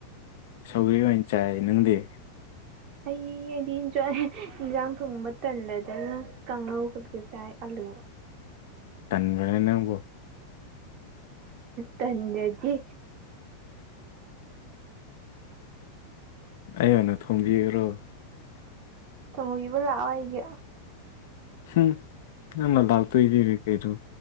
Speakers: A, on the left; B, on the right.
A: ꯁꯧꯒ꯭ꯔꯤ ꯑꯣꯏꯅ ꯆꯥꯏ ꯅꯪꯗꯤ
B: ꯑꯩ ꯑꯩꯗꯤ ꯏꯟꯖꯣꯏ ꯏꯟꯖꯥꯡ ꯊꯣꯡꯕ ꯇꯜꯂꯗꯅ ꯀꯥꯡꯉꯧ ꯈꯛꯇ ꯆꯥꯏ ꯑꯜꯂꯨ
A: ꯇꯟꯕꯔ ꯅꯪꯕꯨ
B: ꯇꯟꯗꯔꯥꯗꯤ
A: ꯑꯩ ꯑꯣꯏꯅ ꯊꯣꯝꯕꯤꯌꯨꯔꯣ
B: ꯊꯣꯡꯕꯤꯌꯨ ꯂꯥꯛꯑꯣ ꯑꯩꯒꯤ
A: ꯍꯝ ꯅꯪꯅ ꯂꯥꯛꯇꯣꯏꯅꯤ ꯀꯩꯅꯣ